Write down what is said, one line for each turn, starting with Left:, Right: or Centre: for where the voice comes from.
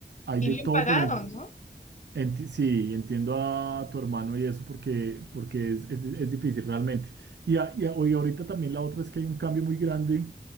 Right: hay
Left: Y
Right: de
Left: bien
Right: todo,
Left: pagado,
Right: pero en
Left: ¿no?
Right: Enti- sí, entiendo a tu hermano y eso porque, porque es, es- es difícil realmente. Y, a- y a- y ahorita también la otra es que hay un cambio muy grande.